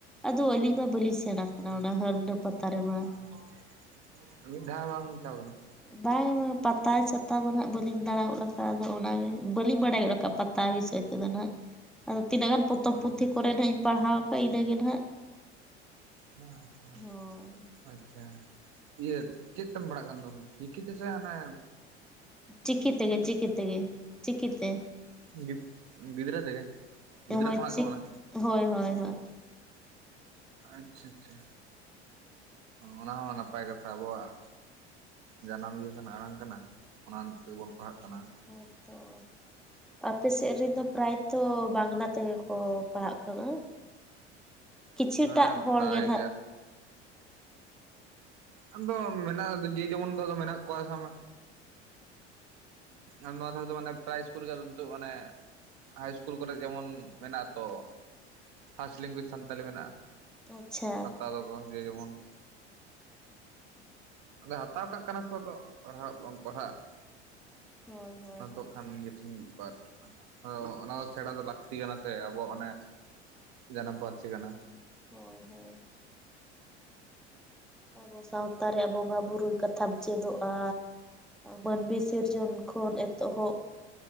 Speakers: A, in the centre; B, on the right.
A: ᱟᱫᱚ ᱟᱹᱞᱤᱧ ᱢᱟ ᱵᱟᱹᱞᱤᱧ ᱥᱮᱱ ᱟᱠᱟᱱᱟ
B: ᱟᱪᱪᱷᱟ
A: ᱚᱱᱟ ᱦᱟᱨᱱᱟ ᱯᱟᱛᱟ ᱨᱮᱢᱟ᱾
B: <unintelligible> ᱢᱤᱫ ᱫᱷᱟᱣ ᱵᱟᱝ <unintelligible> ᱠᱟᱱᱟ
A: ᱵᱟᱝ ᱵᱟᱝ ᱯᱟᱛᱟ ᱪᱷᱟᱛᱟ ᱫᱚ ᱦᱟᱜ ᱵᱟᱹᱞᱤᱧ ᱫᱟᱬᱟ ᱜᱚᱫ ᱟᱠᱟᱫᱼᱟ ᱟᱫᱚ ᱚᱱᱟᱜᱮ ᱵᱟᱹᱞᱤᱧ ᱵᱟᱲᱟᱭ ᱜᱚᱫ ᱠᱟ ᱯᱟᱛᱟ ᱵᱤᱥᱚᱭ ᱛᱮᱫᱚ ᱱᱟᱦᱟᱜ ᱟᱫᱚ ᱛᱤᱱᱟᱹᱜ ᱜᱟᱱ ᱯᱚᱛᱚᱵᱽ ᱯᱩᱛᱷᱤ
B: ᱟᱪᱪᱷᱟ ᱟᱪᱪᱷᱟ
A: ᱠᱚᱨᱮ ᱱᱟᱜ ᱤᱧ ᱯᱟᱲᱦᱟᱣ ᱟᱠᱟᱫ ᱤᱱᱟᱹᱜᱮ ᱱᱟᱦᱟᱜ,
B: ᱦᱮᱸ ᱦᱮᱸ
A: ᱦᱳᱭ᱾
B: <unintelligible> ᱟᱪᱪᱷᱟ ᱤᱭᱟᱹ ᱪᱮᱫ ᱛᱮᱢ ᱯᱲᱟᱜ ᱠᱟᱱ ᱛᱮ ᱟᱢ ᱫᱚ? ᱪᱤᱠᱤ ᱛᱮᱥᱮ ᱟᱱᱮ,
A: ᱪᱤᱠᱤ ᱛᱮ ᱜᱮ ᱪᱤᱠᱤ ᱛᱮ ᱜᱮ ᱪᱤᱠᱤᱛᱮ᱾
B: ᱜᱤᱫ ᱜᱤᱫᱽᱨ ᱛᱮ ᱜᱮ,
A: ᱦᱳᱭ
B: ᱜᱤᱫᱽᱨᱟᱹ ᱠᱷᱚᱱᱟᱜ
A: ᱪᱤᱠ
B: ᱢᱟᱱᱮ
A: ᱦᱳᱭ ᱦᱳᱭ ᱦᱳᱭ
B: ᱟᱪᱪᱷᱟ ᱟᱪᱪᱷᱟ ᱚᱱᱟ ᱦᱚᱸ ᱱᱟᱯᱟᱭ ᱠᱟᱛᱷᱟ ᱟᱵᱚᱣᱟᱜ᱾ ᱡᱟᱱᱟᱢ ᱤᱭᱟᱹ ᱠᱟᱱᱟ ᱟᱲᱟᱝ ᱠᱟᱱᱟ ᱚᱱᱟ ᱛᱮᱜᱮᱵᱚᱱ ᱯᱟᱲᱦᱟᱜ ᱠᱟᱱᱟ᱾
A: ᱦᱳᱭ ᱛᱚ ᱟᱯᱮ ᱥᱮᱫ ᱨᱮᱱᱫᱚ ᱯᱨᱟᱭᱛᱚ ᱵᱟᱝᱞᱟ ᱛᱮᱜᱮ ᱠᱚ ᱯᱟᱲᱦᱟᱜ ᱠᱟᱱᱟ᱾ ᱠᱤᱪᱷᱩ
B: ᱦᱮᱸ
A: ᱴᱟᱜ ᱦᱚᱲ
B: ᱯᱨᱟᱭ
A: ᱜᱮ ᱦᱟᱜ
B: ᱦᱮᱸ ᱟᱫᱚ ᱢᱮᱱᱟᱜ ᱡᱮ ᱡᱮᱢᱚᱱ ᱫᱚ ᱢᱮᱱᱟᱜ ᱠᱚᱣᱟ ᱥᱟᱵ ᱢᱮ ᱮᱸ ᱱᱚᱣᱟ ᱫᱷᱟᱨᱮ ᱫᱚ ᱢᱟᱱᱮ ᱯᱨᱟᱭ ᱤᱥᱠᱩᱞ ᱠᱚᱨᱮ ᱢᱟᱱᱮ ᱦᱟᱭ ᱤᱥᱠᱩᱞ ᱠᱚᱨᱮᱫ ᱡᱮᱢᱚᱱ ᱢᱮᱱᱟᱜ ᱟᱛᱚ ᱯᱷᱟᱥᱴ ᱞᱮᱝᱜᱩᱭᱮᱡᱽ ᱥᱟᱱᱛᱟᱞᱤ ᱢᱮᱱᱟᱜᱼᱟ᱾
A: ᱟᱪᱪᱷᱟ
B: ᱦᱟᱛᱟᱣ <inaudible> ᱟᱵᱚᱱ ᱜᱮ ᱜᱮᱜᱟᱵᱚᱱ ᱼᱼ ᱦᱟᱛᱟᱣ ᱠᱟᱜ ᱠᱟᱱᱟ ᱠᱚ ᱟᱫᱚ ᱯᱟᱲᱦᱟᱜ ᱵᱟᱢ ᱯᱟᱲᱦᱟᱜ ᱼᱼ
A: ᱦᱳᱭ ᱦᱳᱭ
B: ᱟᱫᱚ
A: ᱦᱳᱭ
B: ᱠᱷᱟᱱ ᱱᱤᱡᱮᱴᱷᱮᱱ ᱵᱟᱴ ᱦᱳᱭ ᱚᱱᱟ ᱥᱮᱬᱟ ᱫᱚ ᱞᱟᱹᱠᱛᱤ ᱠᱟᱱᱟ ᱥᱮ ᱟᱵᱚᱣᱟᱜ ᱚᱱᱮ ᱼᱼ ᱡᱟᱱᱟᱢ ᱯᱟᱹᱨᱥᱤ ᱠᱟᱱᱟ।
A: ᱦᱳᱭ ᱦᱳᱭ <inaudible> ᱛᱟᱯᱚᱨ <inaudible> ᱥᱟᱶ <unintelligible> ᱞᱟᱛᱟᱨ ᱨᱮᱭᱟᱜ ᱵᱚᱸᱜᱟ ᱵᱩᱨᱩ ᱠᱟᱛᱷᱟᱢ ᱪᱮᱫᱚᱜᱼᱟ ᱢᱟᱹᱱᱢᱤ ᱥᱤᱨᱡᱚᱱ ᱠᱷᱚᱱ ᱼᱼ ᱮᱛᱚᱦᱚᱵ